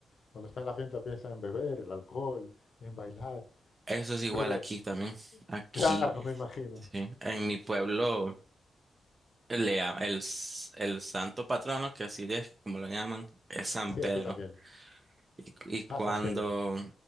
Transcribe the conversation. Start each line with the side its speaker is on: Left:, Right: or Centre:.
Left: Cuando está en la fiesta piensa en beber, el alcohol, en bailar.
Right: Eso es igual
Left: Pero,
Right: aquí también. Aquí,
Left: claro, me imagino.
Right: sí. En mi pueblo, le, llama- el, s- el santo patrono, que así es como lo llaman, es San
Left: Sí,
Right: Pedro.
Left: aquí también.
Right: Y, cu- y cuando,
Left: Ah, San Pedro.